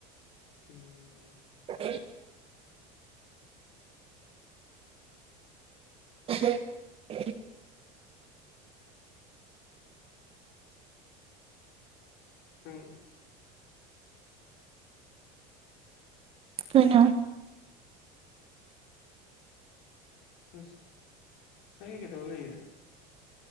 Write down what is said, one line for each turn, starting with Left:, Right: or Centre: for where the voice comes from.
Left: ꯎꯝ
Right: <unintelligible> <unintelligible>
Left: <inaudible> ꯎꯝ
Right: ꯀꯩꯅꯣ
Left: ꯑꯁ ꯑꯩꯒꯤ ꯀꯩꯗꯧꯔꯥ ꯂꯩꯒꯦ